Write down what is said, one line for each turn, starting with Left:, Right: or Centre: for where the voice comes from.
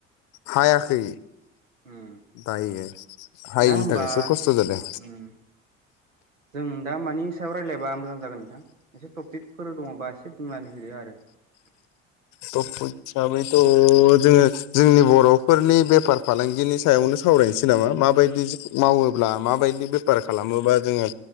Left: हायाखै
Right: उम
Left: दायो हायैनि
Right: दा होमबा
Left: थाखायसो खस्थ जादों
Right: उम जों दा मानि सायाव रायज्लायबा मोजां जागोन नोंथां एसे टपिकफोर दङबा एसे बुंनानै होदो आरो लांदां
Left: टफिख हिसाबैथ' जोङो जोंनि बर'फोरनि बेफार फालांगिनि सायावनो सावरायनोसै नामा माबायदि मावोब्ला माबायदि बेफार खालामोबा जोङो